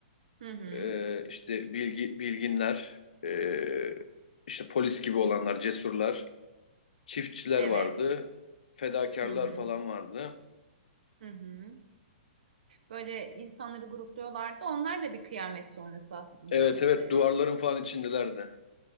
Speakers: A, on the right; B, on the left.
A: Hı hı.
B: Ee, işte bilgi, bilginler, ee, işte polis gibi olanlar, cesurlar, çiftçiler
A: Evet.
B: vardı, fedakarlar
A: Hı hı.
B: falan vardı.
A: Hı hı. Böyle insanları grupluyorlardı. Onlar da bir kıyamet sonrası aslında.
B: Evet evet
A: Ee,
B: duvarların falan içindelerdi.